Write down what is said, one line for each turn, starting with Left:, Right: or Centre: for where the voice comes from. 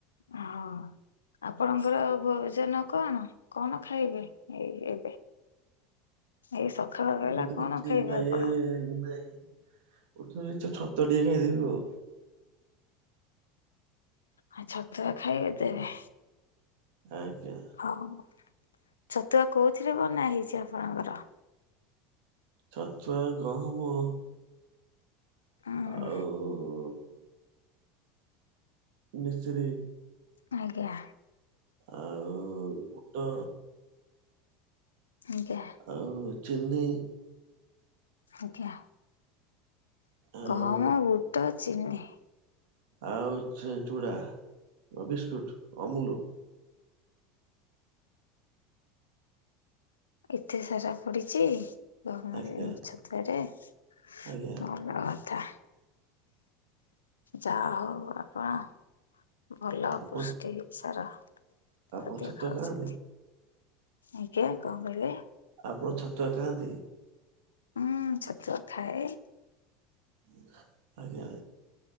Left: ଏ ହଁ। ଆପଣଙ୍କର ଭୋଜନ କଣ କଣ ଖାଇବେ ଏ ଏବେ? ଏଇ ସକାଳ ବେଳା
Right: ଏବେ ତ
Left: କଣ
Right: କିଛି
Left: ଖାଇବେ
Right: ଖାଇବା
Left: ଆପଣ?
Right: ର ନାଇ। ଉଠିନେ ସେ ଛତୁ ଟିକେ ଖାଇଦେବି ମୁଁ।
Left: ଆ ଛତୁଆ ଖାଇବି ତେବେ।
Right: ଆଜ୍ଞା।
Left: ହଉ ଛତୁଆ କୋଉଥିରେ ବନା ହେଇଛି ଆପଣଙ୍କର?
Right: ଛତୁଆ ଗହମ
Left: ହୁଁ
Right: ଆଉ ମିଶ୍ରି
Left: ଆଜ୍ଞା।
Right: ଆଉ ବୁଟ
Left: ଆଜ୍ଞା।
Right: ଆଉ ଚିନି
Left: ଆଜ୍ଞା
Right: ଆଉ
Left: ଗହମ ବୁଟ ଚିନି
Right: ଆଉ ସେ ଚୂଡ଼ା ଓ ବିସ୍କୁଟ୍ ଅମୁଲୁ।
Left: ଏତେ ସାରା ପଡିଛି ଗହଣରେ
Right: ଆଜ୍ଞା
Left: ଛତୁଆରେ। ହଁ
Right: ଆଜ୍ଞା
Left: ନ ଥା ଯାହା ହଉ ଆପଣ ଭଲ
Right: ଆପଣ
Left: ପୃଷ୍ଟି ସାର।
Right: ଆପଣ
Left: ଖାଦ୍ୟ
Right: ଛତୁଆ
Left: ଖାଉଛନ୍ତି।
Right: ଖାଆନ୍ତି
Left: ଆଜ୍ଞା କଣ କହିଲେ?
Right: ଆପଣ ଛତୁଆ ଖାଆନ୍ତି?
Left: ଉଁ, ଛତୁଆ ଖାଏ।
Right: ଆଜ୍ଞା, ଆଜ୍ଞା